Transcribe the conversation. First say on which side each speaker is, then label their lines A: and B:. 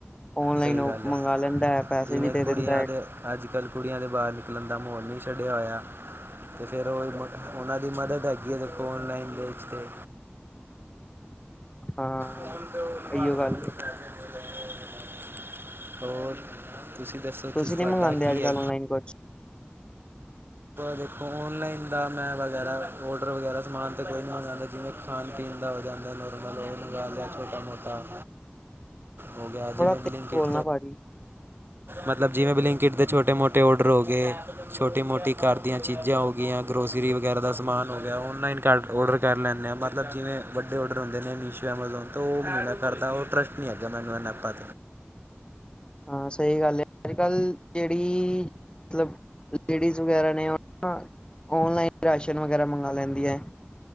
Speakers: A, on the left; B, on the right.
A: ਔਨਲਾਈਨ
B: ਸਹੀ
A: ਉਹ
B: ਗੱਲ ਹੈ
A: ਮੰਗਵਾ ਲੈਂਦਾ ਹੈ ਪੈਸੇ
B: ਜਿਵੇਂ
A: ਵੀ ਦੇ ਦਿੰਦਾ
B: ਕੁੜੀਆਂ
A: ਹੈ।
B: ਦੇ ਅੱਜ ਕੱਲ੍ਹ ਕੁੜੀਆਂ ਦੇ ਬਾਹਰ ਨਿਕਲਣ ਦਾ ਮਾਹੌਲ ਨਹੀਂ ਛੱਡਿਆ ਹੋਇਆ। ਤੇ ਫਿਰ ਉਹ ਉਹਨਾਂ ਦੀ ਮਦਦ ਹੈਗੀ ਹੈ ਦੇਖੋ ਔਨਲਾਈਨ ਵੇ ਵਿੱਚ ਤੇ।
A: ਹਾਂ
B: ਉਹਨ ਤੇ ਉਹਨ ਮਗਣਾ
A: ਇਹੀਓ ਗੱਲ
B: ਕੋ <unintelligible>
A: ਏ
B: ਹੋਰ, ਤੁਸੀਂ ਦੱਸੋ?
A: ਤੁਸੀਂ ਨਹੀਂ
B: ਤੁਹਾਡਾ
A: ਮੰਗਾਉਂਦੇ
B: ਕੀ
A: ਅੱਜ
B: ਹੈ
A: ਕੱਲ ਆਨਲਾਈਨ ਕੁਸ਼?
B: ਦੇਖੋ ਔਨਲਾਈਨ ਦਾ ਮੈਂ ਵਗੈਰਾ ਔਡਰ ਵਗੈਰਾ ਸਮਾਨ ਤਾਂ ਕੋਈ ਨਹੀਂ ਆਉਣਾ ਚਾਹੁੰਦਾ ਜਿਵੇਂ ਖਾਣ- ਪੀਣ ਦਾ ਹੋ ਜਾਂਦਾ ਨੋਰਮਲ ਹੋਣਗਾ ਜਾਂ- ਜਾਂ, ਛੋਟਾ -ਮੋਟਾ। ਹੋ ਗਿਆ
A: ਥੋੜਾ
B: ਜੀ ਮੈਂ
A: ਤੇਜ਼
B: ਬਲਿੰਕੀਟ
A: ਬੋਲਣਾ ਭਾਜੀ
B: ਮਤਲਬ ਜਿਵੇਂ ਬਲਿੰਕ ਇਟ ਦੇ ਛੋਟੇ- ਮੋਟੇ ਔਡਰ ਹੋ ਗਏ। ਛੋਟੀ- ਮੋਟੀ ਘਰ ਦੀਆਂ ਚੀਜ਼ਾਂ ਹੋ ਗਈਆਂ ਗਰੋਸਰੀ ਵਗੈਰਾ ਦਾ ਸਮਾਨ ਹੋ ਗਿਆ ਔਨਲਾਈਨ ਕਰ ਔਡਰ ਕਰ ਲੈਂਦੇ ਹਾਂ, ਮਤਲਬ ਜਿਵੇਂ ਵੱਡੇ ਔਡਰ ਹੁੰਦੇ ਨੇ ਮੀਸ਼ੋ, ਐਮਾਜ਼ੋਨ ਤੋਂ ਉਹ ਨਹੀ ਮੈ ਕਰਦਾ ਉਹ ਟਰੱਸਟ ਆਪ ਅੱਗੇ ਮੈਂਨੂੰ <unintelligible>
A: ਹਾਂ, ਸਹੀ ਗੱਲ ਹੈ। ਅੱਜ ਕੱਲ੍ਹ, ਜਿਹੜੀ, ਮਤਲਬ ਲੇਡੀਜ਼ ਵਗੈਰਾ ਨੇ ਉਹਨਾ ਔਨਲਾਈਨ ਰਾਸ਼ਨ ਵਗੈਰਾ ਮੰਗਵਾ ਲੈਂਦੀ ਹੈ।